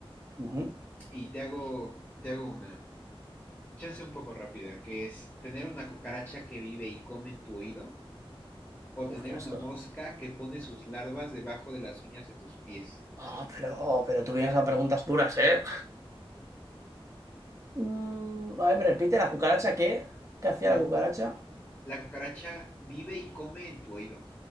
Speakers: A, on the right; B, on the left.
A: Ujú.
B: Y te hago, te hago una. Chance un poco rápida, que es tener una cucaracha que vive y come en tu oído o
A: Uf,
B: tener
A: qué asco.
B: una mosca que pone sus larvas debajo de las uñas de tus pies.
A: Oh, pero, oh, pero tú vienes a preguntas duras, ¿eh? Mm, a ver, ¿me repite la cucaracha qué? ¿Qué hacía
B: La,
A: la cucaracha?
B: la cucaracha vive y come en tu oído.